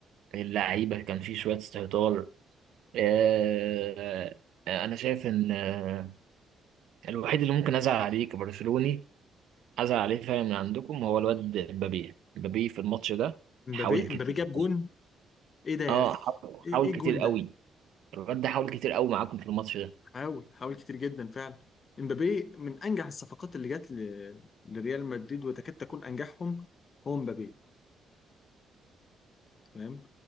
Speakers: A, on the right; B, on the left.
A: اللعيبه كان فيه شويه استهتار آه آه انا شايف ان آه الوحيد اللي ممكن ازعل عليه كبرشلوني ازعل عليه فعلا من عندكم هو الواد مبابي مبابي في الماتش ده
B: امبابي
A: حاول كتير
B: امبابي جاب جون ايه ده يا
A: اه
B: اخي
A: حاول
B: ايه
A: حاول
B: ايه
A: كتير
B: الجون
A: قوي
B: ده
A: الواد ده حاول كتير قوي معاكم في الماتش ده
B: حاول حاول كتير جدا فعلا امبابي من انجح الصفقات اللي جت ل... لريال مدريد وتكاد تكون انجحهم هو امبابي تمام